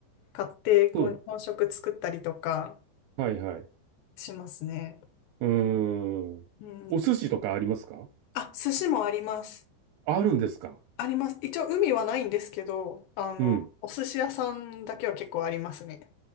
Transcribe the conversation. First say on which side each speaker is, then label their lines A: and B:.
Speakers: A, on the left; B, on the right.
A: 買って、こう日本食作ったりとか
B: そう。はいはい。う
A: しますね。
B: ーん。
A: うん。
B: お寿司とかありますか
A: あ、寿司もあります。
B: あるんですか
A: あります。一応海はないんですけど、あの、
B: うん。
A: お寿司屋さんだけは結構ありますね。